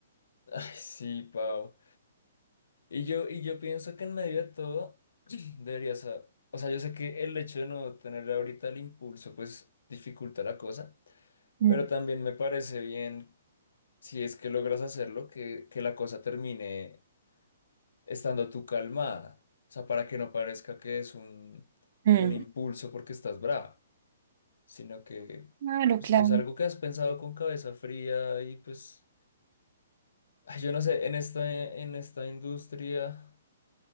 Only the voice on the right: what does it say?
Mm.
Mm.
Claro,
claro.